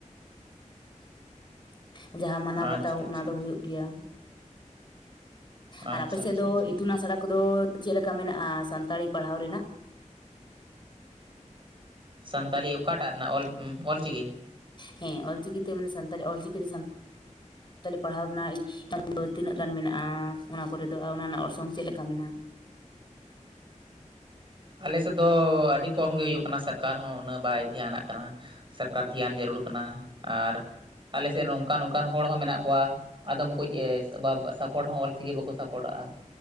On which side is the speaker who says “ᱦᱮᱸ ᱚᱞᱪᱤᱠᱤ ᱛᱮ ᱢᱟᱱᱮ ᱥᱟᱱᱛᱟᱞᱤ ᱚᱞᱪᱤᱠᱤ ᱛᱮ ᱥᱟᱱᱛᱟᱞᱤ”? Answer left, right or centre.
Left